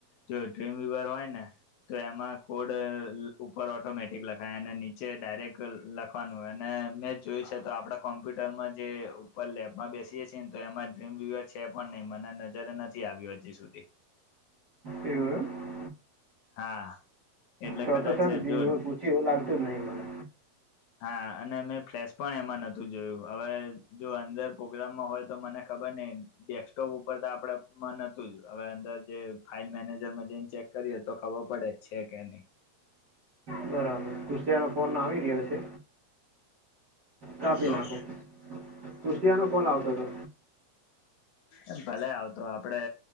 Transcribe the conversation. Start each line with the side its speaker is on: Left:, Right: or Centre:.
Left: જો ટ્રીમ વિવર હોય ને તો એમાં કોડ ઉપર ઓટોમેટિક લખાય અને નીચે ડાયરેક્ટ લખવાનુંય અને મેં જોયું છે તો આપણા કોમ્પ્યુટરમાં જે ઉપર લેબમાં બેસી તો એમાં ડ્રીમ વિવર છે પણ નહી મને નજર નથી આવ્યું હજી સુધી
Right: એવું એમ
Left: હા એટલે
Right: તો
Left: કદાચ
Right: તો છે ને સિ
Left: જો
Right: <unintelligible> પૂછી એવું લાગતું જ નહી મને
Left: હા અને મેં ફ્લેસ પણ એમાં નતું જોયું હવે જો અંદર પ્રોગ્રામમાં હોય તો મને ખબર નહીં. ડેસ્કટોપ ઉપર આપતું હ હવે અદર જે ફાઈલ મેનેજર ને ચેક કરીએ તો ખબર પડે છે કે નહી
Right: બરાબર કુશિયા નો ફોન આવી રહ્યો છે. કાપી
Left: શું
Right: નાખો કુશિયા નો ફોન આવતો તો
Left: એ ભલે આવતો આપડે